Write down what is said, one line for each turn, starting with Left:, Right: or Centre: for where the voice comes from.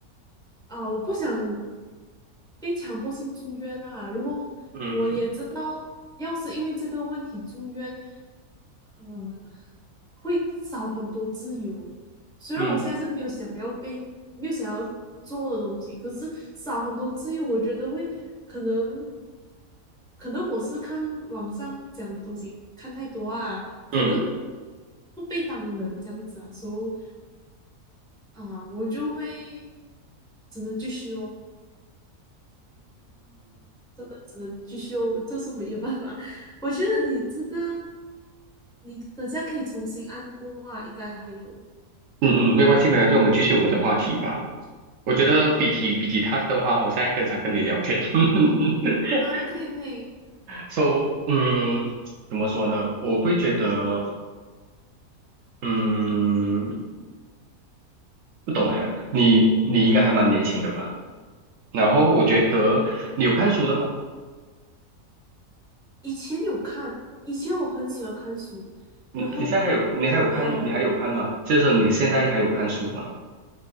Centre: 啊、我不想被强迫性住院啦。然后我也知道，
Right: 嗯
Centre: 要是因为这个问题住院，呃，会少很多自由。虽然我现在是没有想要被没有想要做的东西，
Right: 嗯
Centre: 可是少很多自由，我觉得会可能。可能我是看网上讲的东西看太多啊，可能
Right: 嗯嗯
Centre: 不被当人这样子啊，所以啊，我就会只能继续哦，真的只能继续哦，这是唯一的办法。<laughs> 我觉得你这个，你等下可以重新按过啊，应该还有
Right: 嗯嗯，没关系没关系，我们继续我们的话题吧。我觉得比起比起他的话，我现在更想跟你聊天。<laughs>
Centre: 啊，可以可以。
Right: So，嗯，怎么说呢？我会觉得，嗯。不懂哎，你你应该还蛮年轻的吧？然后我觉得你有看书的吗？
Centre: 以前有看，以前我很喜欢看书，
Right: 你你现在还有你还有看你还有看吗？
Centre: 然后嗯呃，
Right: 就是你现在还有看书吗？